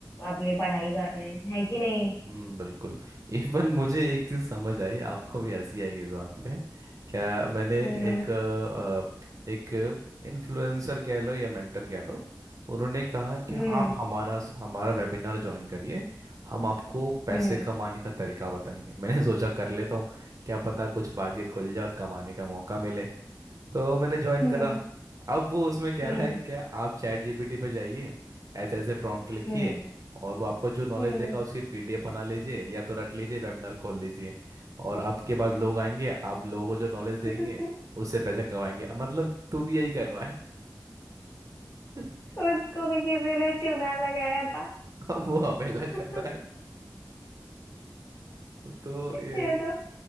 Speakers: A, on the left; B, on the right.
A: अपनी पढ़ाई कर लें है कि नहीं
B: हम्म, बिल्कुल इवन मुझे एक चीज समझ आई आपको भी हंसी आएगी इस बात पे क्या मैंने
A: हम्म
B: एक अ, एक इन्फ्लुएंसर कह लो या मेंटर कह लो उन्होंने कहा कि
A: हम्म
B: आप हमारा हमारा वेबिनार ज्वाइन करिए हम आपको पैसे
A: हम्म
B: कमाने का तरीका बताएंगे मैंने सोचा कर लेता हूँ क्या पता कुछ भाग्य खुल जाए और कमाने का मौका मिले तो मैंने ज्वाइन
A: हम्म
B: करा अब वो उसमें कह
A: हम्म
B: रहा है कि आप चैट जीपीटी पे जाइए ऐसे ऐसे प्रॉम्प्ट लिखिए
A: हम्म
B: और वो आपको जो नॉलेज
A: हम्म
B: देगा उसकी पीडीएफ बना लीजिए या तो रट लीजिए वेबिनार खोल लीजिए और आपके पास लोग आएंगे आप लोगों को जो नॉलेज देंगे
A: <laughs>
B: उससे पैसे कमाएंगे मतलब तू भी यही कर रहा है <laughs>
A: उसको भी किसी ने चूना लगाया था
B: अब वो हमें लग
A: <laughs>
B: कर रहा है <laughs> तो ये
A: ये तो